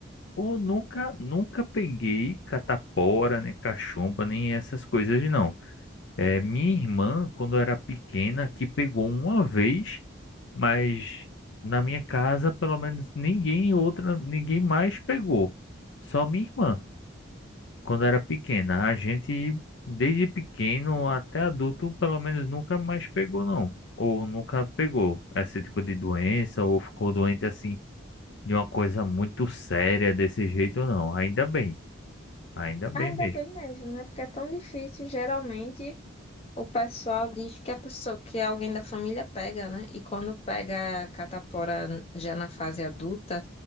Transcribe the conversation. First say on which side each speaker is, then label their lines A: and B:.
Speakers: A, on the left; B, on the left.
A: Ou nunca, nunca peguei catapora, nem cachumba, nem essas coisas, não. É, minha irmã, quando era pequena, que pegou uma vez, mas na minha casa, pelo menos ninguém outra, ninguém mais pegou. Só minha irmã, quando era pequena. A gente, desde pequeno até adulto, pelo menos nunca mais pegou, não. Ou nunca pegou esse tipo de doença, ou ficou doente assim, de uma coisa muito séria desse jeito, não. Ainda bem, ainda bem
B: Ainda
A: mesmo.
B: bem mesmo, né? Porque é tão difícil, geralmente. O pessoal diz que a pessoa, que alguém da família pega, né? E quando pega a catapora já na fase adulta,